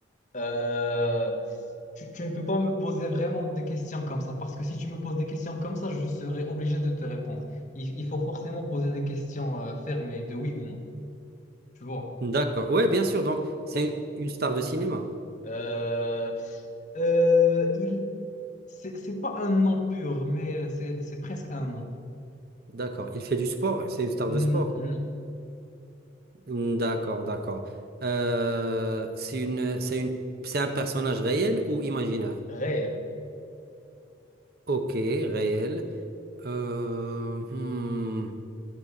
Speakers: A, on the left; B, on the right.
A: Euh, tu, tu ne peux pas me poser vraiment des questions comme ça, parce que si tu me poses des questions comme ça, je serai obligé de te répondre. Il, il faut forcément poser des questions euh, fermées de oui ou non. Tu vois?
B: D'accord. Oui, bien sûr. Donc, c'est
A: Ok.
B: une star de cinéma.
A: Euh, euh, il, c'est c'est pas un nom pur, mais c'est c'est presque un nom.
B: D'accord. Il fait du sport. C'est une star
A: Hmm,
B: de sport.
A: non.
B: Hmm, D'accord, d'accord. Euh, c'est une, c'est une, c'est un personnage réel ou imaginaire?
A: Réel.
B: Ok, réel. Euh, hmm,